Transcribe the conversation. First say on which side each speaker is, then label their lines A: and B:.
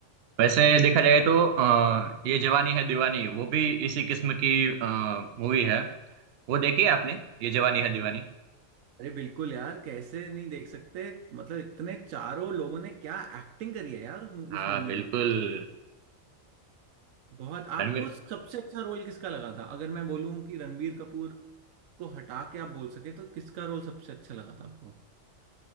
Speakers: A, on the right; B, on the right.
A: वैसे देखा जाए तो आ, ये जवानी है दीवानी वो भी इसी किस्म की मूवी है वो देखी है आपने ये जवानी है दीवानी
B: अरे बिल्कुल यार कैसे नहीं देख सकते मतलब इतने चारों लोगों ने क्या एक्टिंग करी है यार
A: हाँ
B: उस मूवी
A: बिल्कुल
B: में बहुत आपको
A: रणवीर
B: सबसे अच्छा रोल किसका लगा था अगर मैं बोलूं कि रणबीर कपूर को हटा के आप बोल सके तो किसका रोल सबसे अच्छा लगा था आपको